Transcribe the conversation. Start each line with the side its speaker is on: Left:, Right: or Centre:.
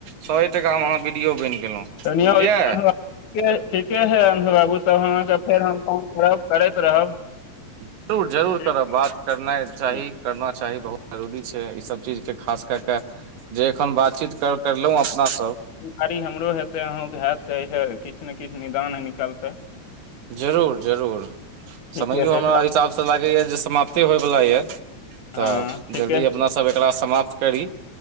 Right: सौ ए टका मे अहाँ बी डी ओ बनि गेलहुँ।
Left: कनिये
Right: बुझलियै
Left: ओहिठाम। ठीक ठीके है अंश बाबू तब अहाँके फेर हम फोन करब करैत रहब।
Right: जरूर जरूर
Left: ठीक
Right: करब बात करनाइ
Left: ठीक
Right: चाही करना चाही बहुत जरूरी छै, ईसब चीज के खास क केऽ जे एखन बातचीत कर करलहुँ अपना सब
Left: खाली हमरो हेतै अहूँके हेत त किछु ने किछु निदान निकलतै।
Right: जरूर जरूर,
Left: ठीके
Right: समैयो हमरा
Left: हइ
Right: हिसाब से लगैए जे समाप्ते होइवला ये।
Left: हँ
Right: तऽ
Left: ठीके
Right: जल्दी अपना सब एकरा समाप्त करी।